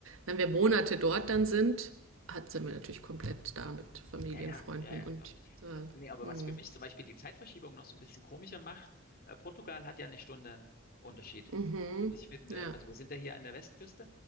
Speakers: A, on the right; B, on the left.
A: wenn wir Monate dort dann sind, hat, sind wir natürlich komplett da mit Familien,
B: Ja, ja,
A: Freunden
B: ja, ja,
A: und
B: glaube ich.
A: äh,
B: Nee, aber
A: mhm.
B: was für mich zum Beispiel die Zeitverschiebung noch so ein bisschen komischer macht, äh, Portugal hat ja eine Stunde Unterschied.
A: Mhm.
B: Und ich finde,
A: ja.
B: also wir sind ja hier an der Westküste